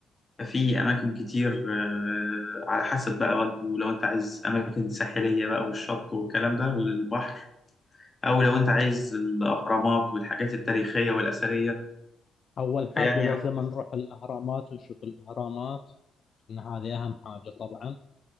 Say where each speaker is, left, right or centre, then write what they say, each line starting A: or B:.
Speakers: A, on the left (about 25°); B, on the left (about 50°).
A: ففي أماكن كتير آه، على حسب بقى وانتوا لو انت عايز أماكن ساحلية بقى والشط والكلام ده والبحر أو لو انت عايز الأهرامات والحاجات التاريخية والأثرية
B: اول
A: فيعني
B: حاجة لازم
A: على حسب
B: نروح الاهرامات ونشوف الاهرامات ان هذه اهم حاجة طبعا